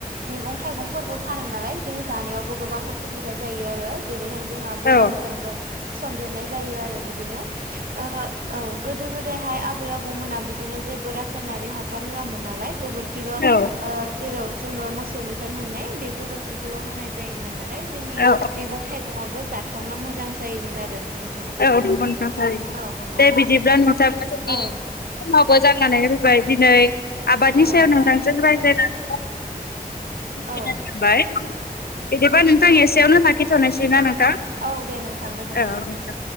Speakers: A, on the right; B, on the left.
A: मैगं थाइगंफोरबो फानो नालाय जों जानायावबो गोबां उसुबिदा जायो आरो जेरैहाय जोंहा बेरामफोरबो
B: औ
A: सन्देरनाय जायो आरो बिदिनो ओ औ गोदो गोदायहाय आबै आबौमोना बिदिनो जेबो रासायनारि हासार होयामोन नालाय गोबोर खिल' ओ
B: औ
A: जेराव जोङो मोसौनिफाय मोननाय बे गोबोरखिखौल' होनाय जायोमोन नालाय जोंनि
B: औ
A: मैगं थाइगंयाबो जाथावना मोजां जायोमोन आरो नोंथां।
B: औ <unintelligible>
A: औ नंगौ।
B: दे बिदिब्ला नोंथां <unintelligible> जोंनि
A: औ
B: मोजां नांनै फैबाय दिनै आबादनि
A: औ
B: सायाव
A: नोंथां
B: नोंथांजों रायज्लायनानै <unintelligible>
A: औ
B: मोनबाय बिदिबा नोंथां एसेयावनो लाखिथ'नोसै ना नोंथां
A: औ दे नोंथां गोजोन्थों।
B: औ जा